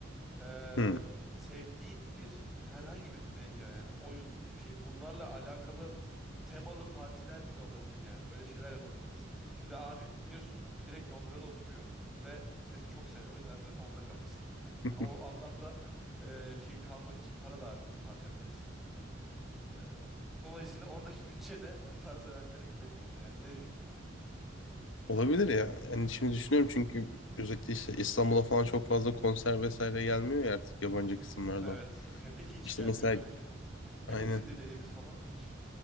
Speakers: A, in the centre; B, on the left.
A: E,
B: Hı.
A: sevdiğin bir herhangi bir medya yani oyun, film şey bunlarla alakalı temalı partiler bile olabilir yani. Böyle şeyler yapabiliriz. Şimdi abim biliyorsun direkt Londra'da oturuyor ve seni de çok seviyor. O yüzden zaten onda kalırız. Hani
B: <laughs>
A: o anlamda e, şey kalmak için para da har- harcamayız. Ee, Dolayısıyla oradaki bütçe de bu tarz eventlere gidebilir. Yani ne düşünüyorsun?
B: Olabilir ya. Yani şimdi düşünüyorum çünkü özellikle işte İstanbul'a falan çok fazla konser vesaire gelmiyor ya artık yabancı kısımlardan.
A: Evet. Hem de hiç
B: İşte
A: gelmiyor
B: mesela
A: bence yani. Hele
B: aynen.
A: bizim dinlediğimiz falan hiç.